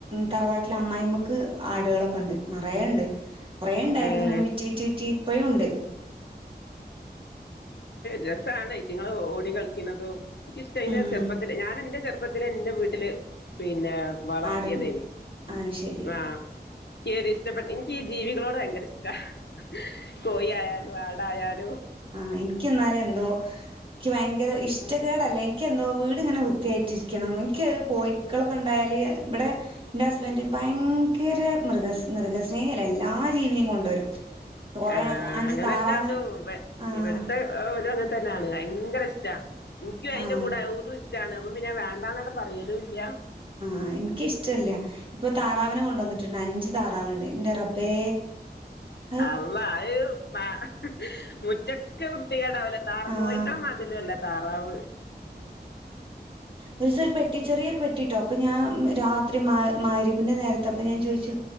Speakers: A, on the right; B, on the left.
A: തറവാട്ടിലെ അമ്മായിമ്മക്ക് ആടുകളൊക്കെ ഉണ്ട് നിറയ ണ്ട് കൊറെ ഉണ്ടായിരുന്നു
B: ഏ
A: ഇങ്ങനെ വിറ്റ വിറ്റ വിറ്റി ഇപ്പഴും ഉണ്ട്
B: രസമാണ് റ്റിങ്ങങ്ങള് ഓട കളിക്കുന്നതും എനിിക്കിഷ്ട
A: ഉം
B: അ ചെറുപ്പത്തി ഞാൻ എന്റെ ചെറുപ്പം ഇപ്പത്തി എന്റെ വീട്ടില് പിന്നെ വളർത്തിയതേനി
A: ആടൻ അത് ശരി
B: ആഹ കയറി ഇഷ്ടപ്പെട്ട എനിക്ക്ീ ജീവികളോട് ഭയങ്കര ഇഷ്ടം കോയി ആായാലും ആടായാലും
A: ആഹ എനക്ക് എന്നാലും എന്തോ എനിക്ക് ഭയങ്കര ഇഷ്ടകേടല്ല എനിക്ക് എന്തോ വീട്ങ്ങനെ വൃത്തിയായിട്ടിരിക്കണം എനിക്ക് കോഴക്കളൊക്കെ ഉണ്ടായാൽ ഇവിടെ എന്റെ ഹസ്ബൻഡ് ഭയങ്കര മൃഗ മൃഗസ്നേഹല്ല എല്ലാ ജീവനിയും കൊണ്ടുവരും കൊറേ
B: ആഹ്
A: അഞ്ച്
B: അങ്ങനെ
A: താറാവിനെ
B: തന്നെ അതും
A: ആഹ്
B: ഇവിടത്തെ ഓരും അങ്ങനെ തന്നെയാണ് ഭയങ്കര ഇഷ്ട എനിക്കും അതിന്റെ
A: ആഹ്
B: കൂടെ <unintelligible> ഷ്ഠാണ് അപ്പൊ പിന്നെ വേണ്ടന്നട് പറയലും ഇല്ല
A: ആഹ് എനിക്കിഷ്ടമല്ല ഇപ്പൊ താറാവിനെ കൊണ്ടുവന്നിട്ടുണ്ട് അഞ്ചു താറാവിനെ ൻ്റെ റബ്ബേ അത്
B: അല്ല അത് മുറ്റ ഒക്കെ വൃത്തികേണ്ടാവല താറ
A: ആഹ്
B: കോഴിക്കളെ മാതിര്യല്ല താറാവ്
A: ഒരു ഒരു പെട്ടി ചെറിയൊരു പെട്ടിട്ടോ അപ്പൊ ഞാൻ രാത്രി മാ മാരിയബിന്റെ നേരത്തെ അപ്പൊ ഞാൻ ചോദിച്ചു